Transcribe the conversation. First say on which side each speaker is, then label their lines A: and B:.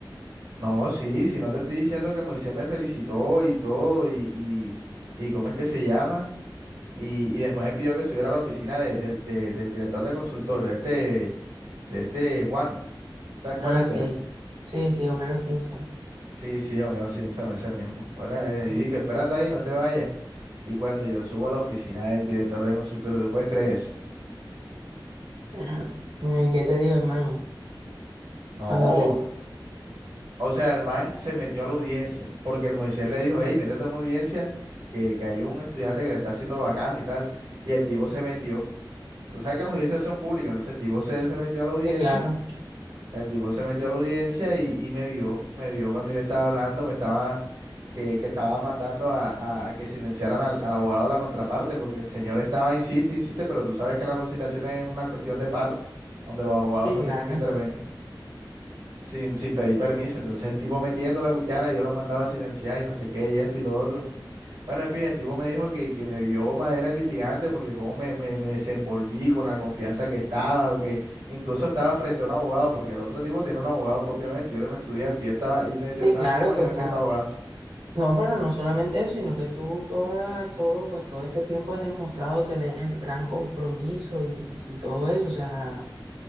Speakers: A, on the right; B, on the right.
A: no, sí, si no te estoy diciendo que Moisés me felicitó y todo, y, y, y ¿cómo es que se llama? Y, y después me pidió que subiera a la oficina de- de- de- del director de consultorio, de este, de este Juan. ¿Sabes
B: Ah,
A: cuál es,
B: sí.
A: vea?
B: Sí, sí, Homero Simpson.
A: Sí, sí, Homero Simpson, ese mismo. Bueno, eh, dije
B: Ujú.
A: que espérate ahí, no te vayas. Y cuando yo subo a la oficina del director de consultorio, ¿tú puedes creer eso?
B: Ah, ¿y ¿Qué te digo, hermano?
A: No.
B: Cuando te vi.
A: O sea, el man se metió a la audiencia, porque el Moisés le dijo, hey, métete a una audiencia, que, que hay un estudiante que le está haciendo bacano y tal. Y el tipo se metió. Tú sabes que las audiencias son públicas, entonces el tipo se, se metió a la audiencia.
B: Sí, claro.
A: El tipo se metió a la audiencia y, y me vio, me vio cuando yo estaba hablando, me estaba, que, que estaba mandando a, a- a que silenciaran al, al abogado de la contraparte, porque el señor estaba, insiste, insiste, pero tú sabes que la conciliación es una cuestión de parte, donde los abogados
B: Sí,
A: no
B: claro.
A: tienen que intervenir sin, sin pedir permiso. Entonces el tipo metiendo la cuchara y yo lo mandaba a silenciar y no sé qué, y esto y lo otro. Bueno, en fin, el tipo me dijo que, que me vio madera de litigante porque cómo me, me, me desenvolví con la confianza que estaba, que incluso estaba frente a un abogado, porque el otro tipo tiene un abogado propiamente, yo era un estudiante y, yo estaba, y me decía,
B: Sí,
A: estás
B: claro,
A: al mismo
B: tú
A: nivel
B: estabas
A: que ese abogado.
B: No, pero no solamente eso, sino que tú toda, todo, pues todo este tiempo has demostrado tener gran compromiso y, y todo eso, o sea,